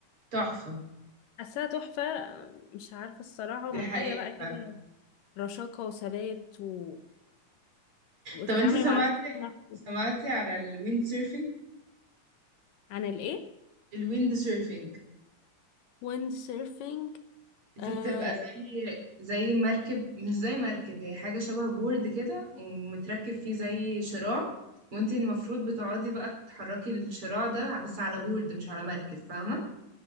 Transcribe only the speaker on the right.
تحفة
دي
حقيقة
فعلا
طب انت سمعتي
سمعتي على الويند سيرفينج
الويند سيرفينج
دي
بتبقى زي زي مركب مش زي مركب هي حاجة شبه بورد كده ومتركب فيه زي شراع وانت المفروض بتقعدي بقى تحركي الشراع ده بس على بورد مش على مركب فاهمة